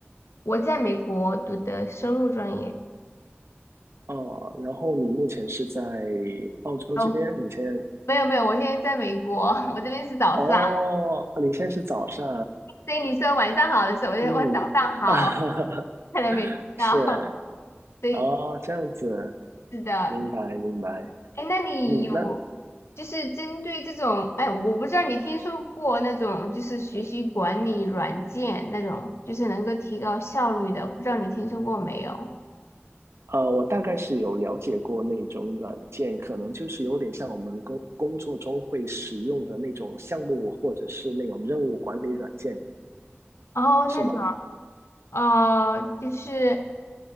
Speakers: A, on the left; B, on the right.
A: 我在美国读的生物专业。
B: 哦，然后你目前是在澳洲这边，
A: 哦，
B: 你现在
A: 没有没有，我现在在美国，<laughs> 我这边是早上，
B: 哦，你现在是早上，
A: 所以你说晚上好的时候，我就我早上好，
B: 嗯，<laughs>
A: <laughs> 看来没听到。
B: 是
A: <laughs> 所以
B: 哦，这样子。
A: 是的，
B: 明白，明白。
A: 哎，那你有
B: 嗯，那
A: 就是针对这种，哎，我不知道你听说过那种就是学习管理软件那种，就是能够提高效率的，不知道你听说过没有？
B: 呃，我大概是有了解过那种软件，可能就是有点像我们工工作中会使用的那种项目或者是那种任务管理软件，
A: 哦，
B: 是吗？
A: 那种，呃，就是